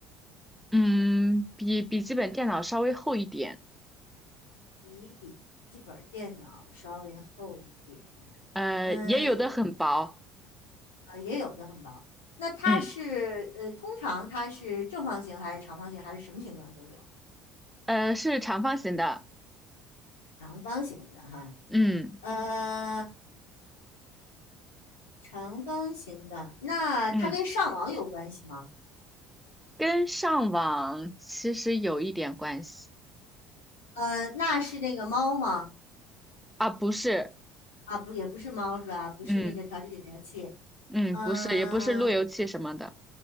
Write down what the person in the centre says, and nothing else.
嗯，比笔记本电脑稍微厚一点，
呃，
也有的很薄，
嗯，
呃，是长方形的，
嗯
嗯，跟上网其实有一点关系，
啊，不是，
嗯嗯，
不是，也不是路由器什么的。